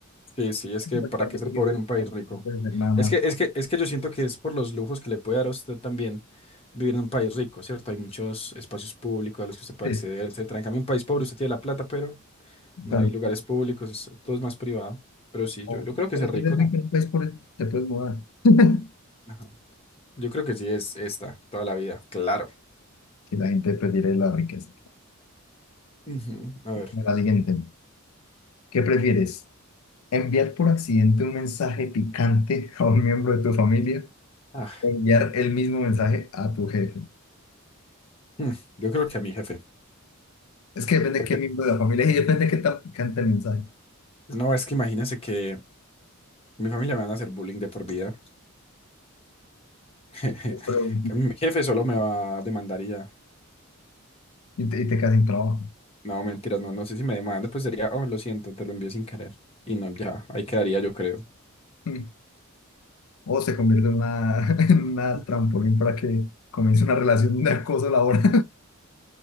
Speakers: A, on the left (about 25°); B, on the left (about 80°).
A: Sí, sí, es que
B: Pues,
A: ¿para
B: cuando
A: qué ser
B: que vive,
A: pobre en un país
B: bueno,
A: rico?
B: no puedes ver nada más.
A: Es que, es que, es que yo siento que es por los lujos que le puede dar a usted también vivir en un país rico, ¿cierto? Hay muchos espacios públicos a los que usted puede
B: Es,
A: acceder, etcétera. En cambio, en un país pobre usted tiene la plata, pero no
B: pero,
A: hay lugares públicos, es- todo es más privado. Pero sí,
B: o,
A: yo, yo creo que
B: pero
A: ser
B: si
A: rico,
B: eres
A: ¿no?
B: rico en un país pobre, te puedes mudar. <laughs>
A: Ajá. Yo creo que sí es esta, toda la vida, claro.
B: Que la gente prefiere la riqueza.
A: Ujú, A ver.
B: Bueno, La siguiente. ¿Qué prefieres? ¿Enviar por accidente un mensaje picante a un miembro de tu familia
A: Ah,
B: o enviar el mismo mensaje a tu jefe?
A: hmm, Yo creo que a mi jefe.
B: Es que depende
A: Porque
B: de qué miembro de la familia es y depende de qué tan picante el mensaje.
A: no, es que imagínense que mi familia me van a hacer bullying de por vida. <laughs>
B: Pero,
A: Que mi jefe solo me va a demandar y ya.
B: y te, y te quedas sin trabajo.
A: No, mentiras, no, no sé si me demanda, pues sería, oh, lo siento, te lo envié sin querer. Y no, ya, ahí quedaría, yo creo.
B: <laughs> O se convierte en una, <laughs> en una
A: Ujú.
B: trampolín para que comience una relación de acoso laboral.